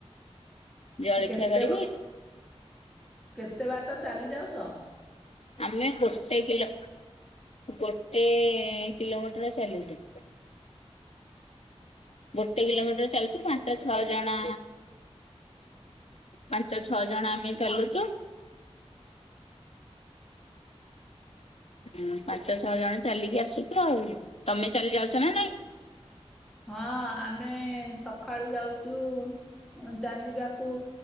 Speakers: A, on the left (about 70°); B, in the centre.
A: ଜଳଖିଆ
B: କେତେ
A: କରିବି
B: ବ କେତେ ବାଟ ଚାଲିଯାଉଚ।
A: ଆମେ ଗୋଟେ କିଲୋ ଗୋଟେ କିଲୋମିଟର ଚାଲିଲୁ। ଗୋଟେ କିଲୋମିଟର ଚାଲଚି ପାଞ୍ଚ ଛଅ ଜଣ। ପାଞ୍ଚ ଛଅ ଜଣ ଆମେ ଚାଲୁଚୁ। ହୁଁ ପାଞ୍ଚ ଛଅ ଜଣ ଚାଲିକି ଆସୁଛୁ ଆଉ ତମେ ଚାଲି ଯାଉଛ ନା ନାଇଁ।
B: ହଁ ଆମେ ସଖାଳୁ ଯାଉଚୁ ଚାଲି ବାକୁ